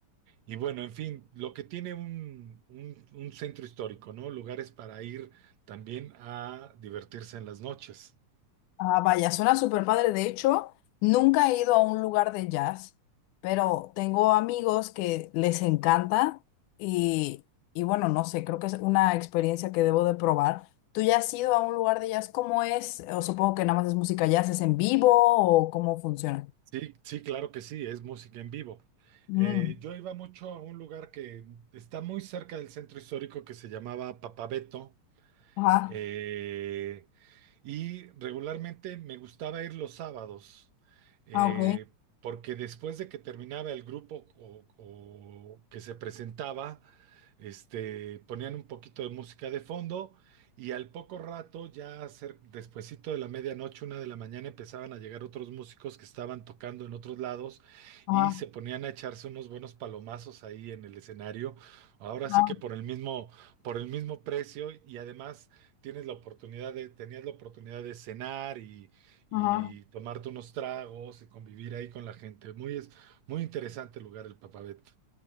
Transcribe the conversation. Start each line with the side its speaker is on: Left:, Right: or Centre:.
Right: y bueno, en fin, lo que tiene un, un un centro histórico, ¿no? Lugares para ir también a divertirse en las noches.
Left: Ah, vaya, suena súper padre. De hecho, nunca he ido a un lugar de jazz, pero tengo amigos que les encanta y, y bueno, no sé, creo que es una experiencia que debo de probar. ¿Tú ya has ido a un lugar de jazz? ¿Cómo es? O supongo que nada más es música jazz, ¿es en vivo o cómo funciona?
Right: Sí, sí, claro que sí, es música en vivo.
Left: Mm,
Right: Eh, yo iba mucho a un lugar que está muy cerca del centro histórico que se llamaba Papabeto,
Left: Ajá,
Right: eh, y regularmente me gustaba ir los sábados, eh,
Left: ah, ok,
Right: porque después de que terminaba el grupo o, o que se presentaba, este, ponían un poquito de música de fondo y al poco rato, ya cer- despuesito de la medianoche, una de la mañana, empezaban a llegar otros músicos que estaban tocando en otros lados
Left: ajá,
Right: y se ponían a echarse unos buenos palomazos ahí en el escenario. Ahora
Left: ajá,
Right: sí que por el mismo, por el mismo precio y además tienes la oportunidad de, tenías la oportunidad de cenar y, y
Left: ajá.
Right: tomarte unos tragos y convivir ahí con la gente. Muy, es, muy interesante el lugar, el Papavet.